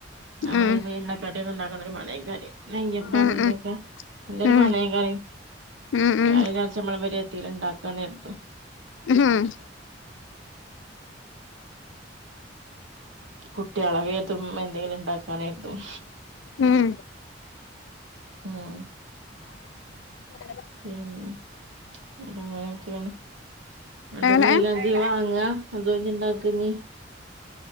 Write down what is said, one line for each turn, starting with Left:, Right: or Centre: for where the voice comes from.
Right: നമ്മള്
Left: ഉം
Right: ഇവ എണ്ടക്കടിയൊക്കെ ണ്ടാക്കണ ഒരു മണക്കാര്യ. നെയ്യപ്പ
Left: ഉം
Right: ന്തൊക്കെ
Left: ഉം
Right: നല്ലരു
Left: ഉം
Right: മണേക്കാര്യ.
Left: ഉം ഉം
Right: ഞാൻ വിചാച്ചി നമ്മളെ പെരേലെത്തിയാല് ണ്ടാക്കാണ്തും
Left: ഉം
Right: കുട്ടിയളെവേതും എന്തേലും ണ്ടാക്കാനാതും.
Left: ഉം
Right: മ്
Left: <unintelligible>
Right: പിന്നെ? അങ്ങനെയൊക്കേണ്. അന്റെ
Left: എങ്ങനെ
Right: മൈലാഞ്ചി വാങ്ങാ? അതെ ജ് ണ്ടാക്കാ ഞ്ഞീ?